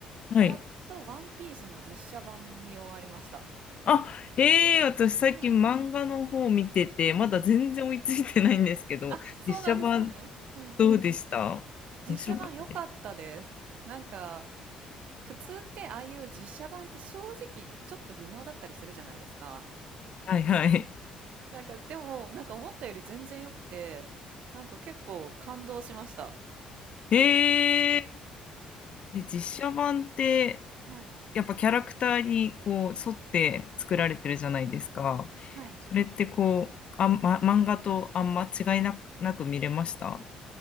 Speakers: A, on the left; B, on the right.
A: はい。
B: やっとワンピースの実写版見終わりました。
A: あ、ええ私最近漫画の方見てて、
B: はい。
A: まだ全然追いついてないんですけど、
B: あ、そうなんですね。
A: 実写版
B: うんうん。
A: どうでした面白かったです。
B: 実写版良かったです。なんか、普通ってああいう実写版って正直ちょっと微妙だったりするじゃないですか。
A: はいはい。
B: なんか、でも、なんか思ったより全然良くて、なんか結構感動しました。
A: ええで実写版って、
B: はい。
A: やっぱキャラクターにこう沿って作られてるじゃないですか。
B: うんうん。はい。
A: それってこう、あま、漫画とあんま違いなく、なく見れました